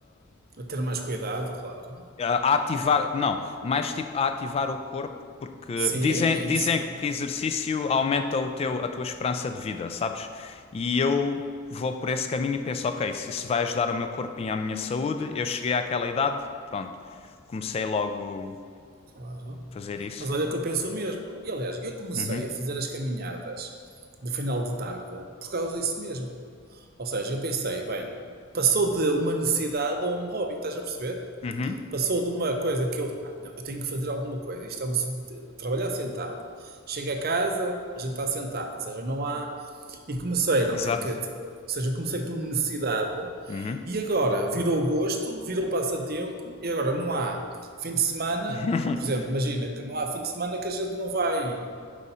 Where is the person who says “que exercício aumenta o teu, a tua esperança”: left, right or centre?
Left